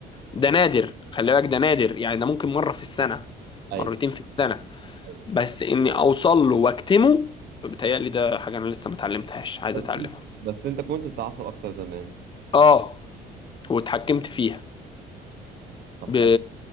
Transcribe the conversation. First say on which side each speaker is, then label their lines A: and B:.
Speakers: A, on the right; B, on the left.
A: طبعا
B: ده نادر خلي بالك ده نادر يعني ده ممكن مرة في السنة
A: ايوه
B: مرتين في السنة
A: ايوه
B: بس اني اوصل له واكتمه بتهيألي ده حاجة انا لسه ما اتعلمتهاش عايز
A: بس
B: اتعلمها
A: انت بس انت كنت بتتعصب اكتر زمان
B: اه واتحكمت فيها
A: طب
B: ب...
A: حلو